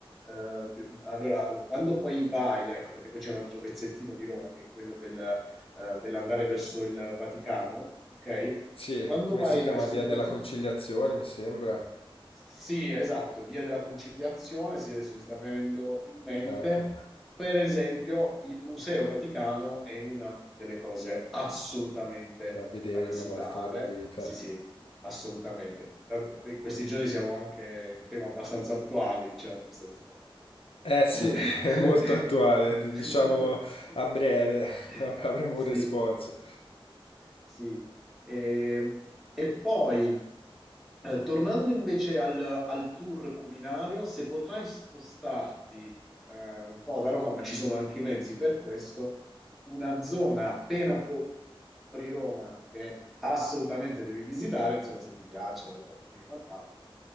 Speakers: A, in the centre; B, on the left.
A: eh, de- allora, quando poi vai, ecco, perché poi c'è un altro pezzettino di Roma che è quello del, eh, dell'andare verso il Vaticano, ok?
B: Sì,
A: Quando
B: come
A: vai
B: si chiama?
A: verso
B: Via
A: il
B: della
A: Vaticano
B: Conciliazione, mi sembra.
A: sì, esatto, via della conciliazione, sì, adesso mi sta venendo in mente,
B: Eh, eh,
A: per esempio, il Museo Vaticano è una delle cose assolutamente
B: da vedere
A: da visitare,
B: una volta nella vita.
A: sì, sì, assolutamente. Tanto- In questi giorni siamo anche un tema abbastanza attuale, diciamo, visto che stiamo facendo il nuovo...
B: Eh sì, <laughs> è molto attuale, di- diciamo
A: <laughs>
B: a breve <laughs> ab- avremo
A: Sì.
B: un responso.
A: Sì. E, e poi, eh, tornando invece al, al tour culinario, se potrai spostarti eh, un po' da Roma, ma ci sono anche i mezzi per questo, una zona appena fuori Roma che assolutamente devi visitare, insomma, se ti piacciono le trattorie e quant'altro,